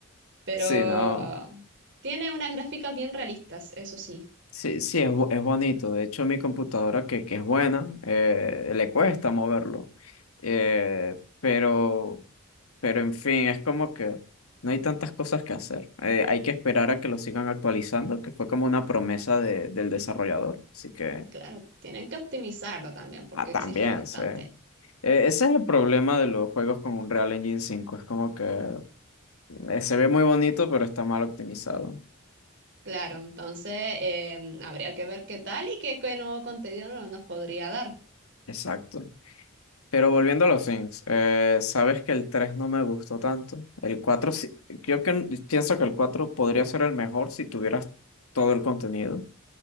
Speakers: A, on the right; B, on the left.
A: Pero
B: sí,
A: ah,
B: no.
A: tiene unas gráficas bien realistas, eso sí.
B: Sí, sí, es, bo- es bonito. De hecho, mi computadora, que, que es buena, eh, le cuesta moverlo. Eh, pero, pero, en fin, es como que no hay tantas cosas que hacer. Eh, hay que esperar a que lo sigan actualizando, que fue como una promesa de- del desarrollador. Así que,
A: Claro, tienen que optimizarlo también porque
B: ah, también,
A: exige bastante.
B: sí. Eh, ese es el problema de los juegos con Unreal Engine cinco. Es como que eh, se ve muy bonito, pero está mal optimizado.
A: Claro, entonces em, habría que ver qué tal y qué, qué nuevo contenido no- nos podría dar.
B: Exacto. Pero volviendo a los Things, eh, sabes que el 3 no me gustó tanto. El cuatro sí- yo que, pienso que el 4 podría ser el mejor si tuvieras todo el contenido,